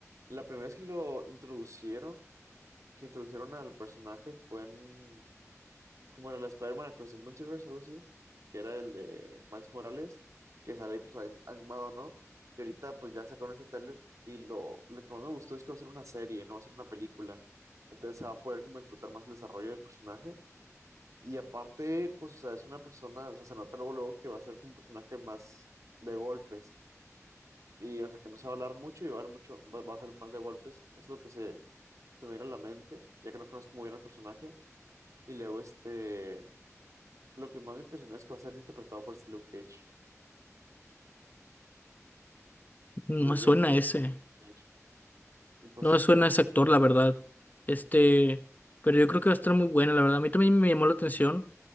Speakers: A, on the right; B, on the left.
A: la primera vez que lo introducieron, que introdujeron al personaje fue en como era la Spider-Man Across the Multiverse, algo así, que era el de Miles Morales, que sale ahí, pues ahí animado, ¿no? Y ahorita pues ya sacaron ese tráiler y lo, lo que más me gustó es que va a ser una serie, no va a ser una película. Entonces se va a poder como disfrutar más el desarrollo del personaje. Y aparte, pues, o sea, es una persona, o sea, se nota luego, luego que va a ser como un personaje más de golpes. Y, o sea, que no se va a hablar mucho y va a haber mucho, va, va a ser más de golpes. Eso es lo que se, se me viene a la mente, ya que no conozco muy bien el personaje. Y luego, este, lo que más me impresionó es que va a ser interpretado por este Luke Cage.
B: No
A: Digo,
B: me
A: Johnny,
B: suena
A: Johnny,
B: ese,
A: Johnny Cage. Y pues
B: no me
A: este,
B: suena ese actor, la verdad. Este, pero yo creo que va a estar muy buena, la verdad. A mí también me llamó la atención